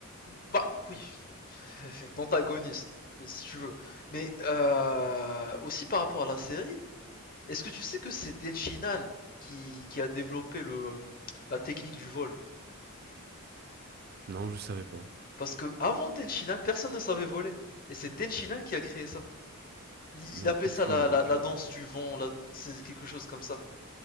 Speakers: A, on the left; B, on the right.
A: bah, oui. <laughs> D'antagoniste, si tu veux. Mais euh, aussi par rapport à la série, Est-ce que tu sais que c'est Tenshinhan qui, qui a développé le, euh, la technique du vol
B: Non, je savais pas.
A: Parce que avant Tenshinhan, personne ne savait voler. Et c'est Tenshinhan qui a créé ça. Il,
B: Non,
A: il appelait
B: aucune
A: ça la,
B: idée.
A: la,
B: Genre,
A: la danse
B: je-
A: du vent, la- c'est quelque chose comme ça.